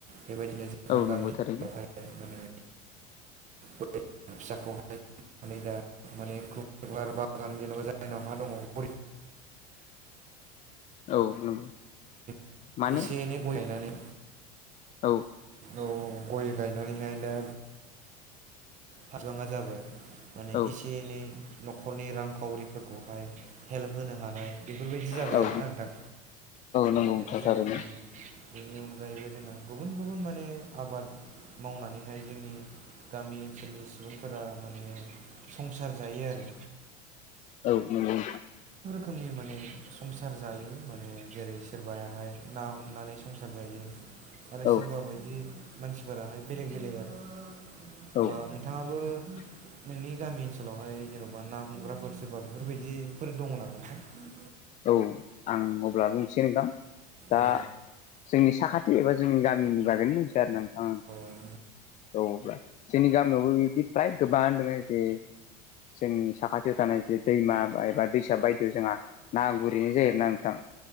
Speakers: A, on the right (about 35°); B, on the left (about 35°).
A: बेबायदिनो जोंहा
B: औ नंगौ
A: गामियावहाय
B: थारैनो
A: माने गय फिसाखौ माने दा माने गुवार बागान जेनोबा जायनाव हा दङ गरिब
B: औ नंगौ
A: <unintelligible>
B: माने
A: <unintelligible> एसे एनै गय गायनानै
B: औ
A: औ औ गय गायनानैहाय दा फारलाङा जाबाय माने
B: औ
A: एसे एनै न'खरनि रांखावरिफोरखौहाय हेल्प होनो हानाय बेफोरबायदि जाबाय
B: औ
A: आरोना नोंथां
B: नंगौ
A: आरो
B: नोंथां
A: जों
B: थारैनो
A: बेनि अनगायैबो जोङो गुबुन गुबुन माने आबाद मावनानैहाय जोंनि गामि ओनसोलनि सुबुंफोरा माने संसार जायो आरो
B: औ नंगौ
A: खोमनि माने संसार जायो माने जेरै सोरबायाहाय ना हमनानै संसार जायो आरो
B: औ
A: सोरबा बायदि मानसिफोराहाय बेलेग बेलेग आरो होमबा
B: औ
A: नोंथाङाबो
B: <inaudible>
A: नोंनि गामि ओनसोलावहाय जेन'बा ना हमग्राफोर सोरबा बेफोरबायदिफोर दङ नामा नोंथां
B: औ आं अब्ला बुंनोसै नोंथां दा
A: औ
B: जोंनि साखाथि एबा जोंनि गामिनि गागायनो मिन्थिया आरोना नोंथां
A: नोंथां
B: औ अब्ला जोंनि गामियावबो बिब्दि फ्राय गोबां दङ जे जोंनि साखाथियाव थानाय जे दैमा एबा दैसा बायदियाव जोंहा ना गुरैनाय जायोना नोंथां